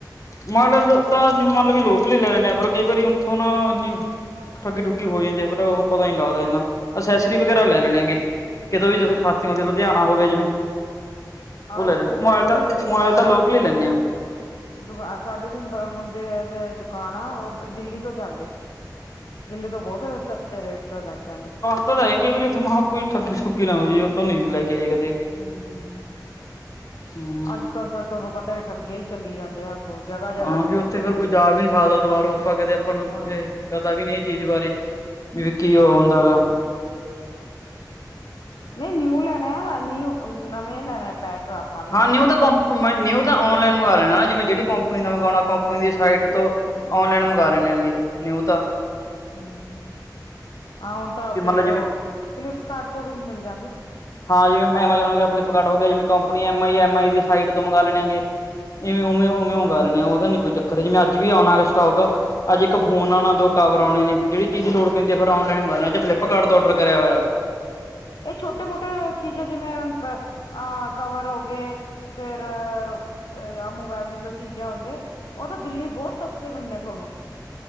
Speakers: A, on the left; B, on the left.
A: ਮਨ ਲ ਤਾਂ ਮਨ ਲੋ ਵੀ ਲੋਕਲ ਵੀ ਲੈ ਲੈਨੇ ਆਂ, ਪਰ ਕਈ ਵਾਰੀ ਔਥੋਂ ਨਾ ਇਨੀ ਠੱਗੀ ਠੁੱਗੀ ਹੋ ਜਾਂਦੀ ਐ ਫੇਰ ਉਹ ਪਤਾ ਨੀ ਲੱਗਦਾ ਇੰਨਾ, ਅਸੈਸਰੀ ਵਗੈਰਾ ਲੈ ਲੈਨਗੇ। ਕਿਦੋਂ ਵੀ ਜਦੋਂ ਸ਼ਾਸਤਰੀ ਮੰਤ ਲੁਧਿਆਣਾ ਹੋ ਗਿਆ ਜਿਵੇਂ।
B: ਆਹ
A: ਔਹ ਲੈ
B: ਇੱਥੇ
A: ਲੈਣਾ, ਮੋਬਾਈਲ
B: ਸਾਡੇ
A: ਤਾਂ
B: ਵੀ
A: ਮੋਬਾਈਲ ਤਾਂ ਲੋਕਲ ਈ ਲੈਨੇ ਆਂ।
B: ਦੁਕਾਨ ਸਾਡੇ ਵੀ ਮੁੰਡੇ ਦੇ ਦੁਕਾਨ ਆ ਔਹ ਦਿੱਲੀ ਤੋਂ ਜਾਂਦੇ। ਦਿੱਲੀ ਤੋਂ ਬਹੁਤ ਸਸਤੇ ਰੇਟ ਤੋਂ ਲੈ ਕੇ ਆਂਦੇ।
A: ਪਤਾ ਤਾਂ ਹੈ, ਕਈ ਵਾਰੀ ਔਥੇ ਕੋਈ ਠੱਗੀ ਠੱਗੀ ਨਾ ਹੋ ਜਾਵੇ ਔਥੋਂ ਨਹੀਂ ਲੈ ਕੇ ਆਏਗਾ।
B: ਹੂ,
A: ਹੂੰ।
B: ਅੱਜ ਕਲ ਤਾਂ ਤੁਹਾਨੂੰ ਪਤਾ ਹੈ ਠੱਗੀਆਂ ਹੀ ਚਲੀ ਜਾਂਦੇ ਆ। ਜਗ੍ਹਾ-ਜਗ੍ਹਾ
A: ਹਾਂ
B: ਤੇ
A: ਭੀ
B: ਠੱਗੀਆਂ
A: ਔਥੇ ਫੇਰ
B: ਚੱਲੀ
A: ਕੋਈ
B: ਜਾਂਦੇ
A: ਜਾਵੇ, ਦੁਬਾਰੋ ਆਪਾਂ ਨੂੰ ਕਦੇ ਆਪਾਂ ਨੂੰ
B: ਹਾਂ
A: ਏਹ ਪਤਾ ਵੀ ਨਈ ਚੀਜ਼ ਬਾਰੇ, ਵੀ ਕੀ ਔਹ ਹੁੰਦਾ ਹੈਗਾ
B: ਨਹੀਂ ਨਿਊ ਲੈਨੇ ਆ ਨਿਊ ਨਵੇਂ ਲੈਨੇ ਅ ਪੈਕ। ਨੇ
A: ਹਾਂ ਨਿਊ ਤਾਂ ਕ ਨਿਊ ਤਾਂ ਔਨਲਾਈਨ
B: ਕੰਪਨੀਆਂ
A: ਮੰਗਵਾ ਲੈਣਾ ਆ ਜਿਵੇਂ ਜਿਹੜੀ ਕੋੰਂਪਨੀ ਦਾ ਮੰਗਉਨਾ ਕੰਪਨੀ ਦੀ ਸਾਈਡ। ਤੋਂ
B: ਹੂੰ-ਹੂੰ
A: ਔਨ ਲਾਈਨ ਮੰਗਾ ਲੈਨੇ ਆ ਨਿਊ ਤਾਂ।
B: ਹੂ, ਆ ਔਹ ਤਾਂ
A: ਮੰਨ
B: ਫੇਰ
A: ਲਓ ਜਿਵੇਂ
B: ਫਿਲਿਪਸਕਾਰਡ ਤੋਂ ਵੀ ਮਿਲ ਜਾਂਦੇ।
A: ਹਾਂ ਜਿਵੇਂ ਐਮਾਜੋਨ ਹੋ ਗਿਆ, ਫਿਲਿੱਪਕਾਰਟ ਹੋ ਗਿਆ ਜਿਵੇਂ company M I
B: ਹਾਂ
A: M I ਦੀ ਸਾਈਟ ਤੋਂ ਮੰਗਾ ਲੈਣੇ ਆਗੇ ਜਿਵੇਂ ਔਹ ਉਵੇਂ ਔਹ
B: ਹਾਂ
A: ਮਗਾ ਲੈਣੇ‌ ਆ ਉਹਦਾ ਨਈ ਕੋਈ ਚੱਕ ਜਿਵੇਂ ਅੱਜ ਵੀ ਆਉਨਾ ਗਾ ਸਟੋਕ ਅੱਜ ਇੱਕ ਫੋਨ ਆਣਾ ਦੋ ਕਾਵਰ ਆਉਣੇ ਨੇ ਜਿਹੜੀ ਚੀਜ਼ ਦੀ ਲੋੜ ਪੈਦੀ ਆ ਫੇਰ ਔਨਲਾਈਨ ਮਗਾਨਾ ਜੇ ਫਲਿੱਪਕਾਰਟ ਤੋਂ ਔਡਰ ਕਰਿਆ ਹੋਇਆ।
B: ਏਹ ਛੋਟੇ ਮੋਟੇ ਚੀਜ਼ਾਂ ਜਿਵੇਂ ਅਹ ਕਵਰ ਹੋ ਗਏ ਫੇਰ ਅ ਮੋਬਾਇਲ ਦੇ ਜੋ ਚੀਜ਼ਾਂ ਆਉਦੇ ਔਹ ਤਾਂ ਦਿੱਲੀ ਬਹੁਤ ਸਸਤੇ ਮਿਲਨੇ ਥੋਨੂੰ।